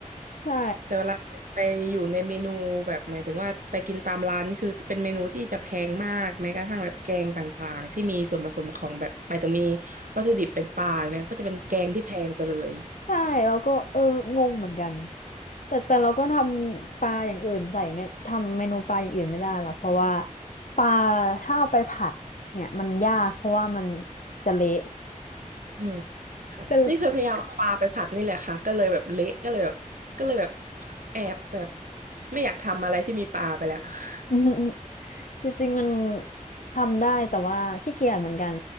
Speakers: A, on the left; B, on the right.
A: ใช่
B: แต่เวลาไปอยู่ในเมนูแบบหมายถึงว่าไปกินตามร้านนี่คือเป็นเมนูที่จะแพงมากแม้กระทั่งแบบแกงต่างๆที่มีส่วนผสมของแบบหมายถึงมีวัตถุดิบเป็นปลาเนี่ยก็จะเป็นแกงที่แพงไปเลย
A: ใช่แล้วก็เอองงเหมือนกันแต่แต่เราก็ทำปลาอย่างอื่นใส่ไม่ทำเมนูปลาอย่างอื่นไม่ได้หรอกเพราะว่าปลาถ้าเอาไปผัดเนี่ยมันยากเพราะว่ามันจะเละ
B: อืม
A: <laughs>
B: ค่ะนี่เคยพยายามเอาปลาไปผัดนี่แหละค่ะก็เลยแบบเละก็เลยแบบก็เลยแบบ
A: ก็
B: แอบแบบไม่อยากทำอะไรที่มีปลาไปแล้ว <laughs>
A: อืม จริงๆมันทำได้แต่ว่าขี้เกียจเหมือนกัน